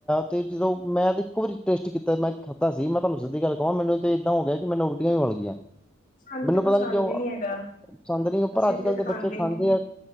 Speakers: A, in the centre; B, on the left.
A: ਤੇ ਜਦੋਂ ਮੈਂ ਤਾਂ ਇੱਕੋ ਵਾਰੀ ਟੇਸਟ ਕੀਤਾ ਮੈਂ ਖਾਧਾ ਸੀ ਮੈਂ ਤੁਹਾਨੂੰ ਸਿੱਧੀ ਗਲ ਕਹਾਂ ਮੈਨੂੰ ਤੇ ਇਦਾਂ ਹੋ ਗਿਆ। ਮੈਨ ਉਲਟੀਆਂ ਵੀ ਵਲ ਗਿਆ।
B: ਸਾਨੂੰ
A: ਮੈਨੂੰ
B: ਤੇ
A: ਪਤਾ
B: ਪਸੰਦ
A: ਨੀ ਕਿਉਂ
B: ਹੀ ਹੈਗਾ
A: ਪਸੰਦ ਨੀ ਆ, ਪਰ
B: ਅਸੀਂ
A: ਅੱਜ-
B: ਤੇ
A: ਕੱਲ੍ਹ ਦੇ ਬੱਚੇ ਖਾਂਦੇ
B: ਨੀ
A: ਆ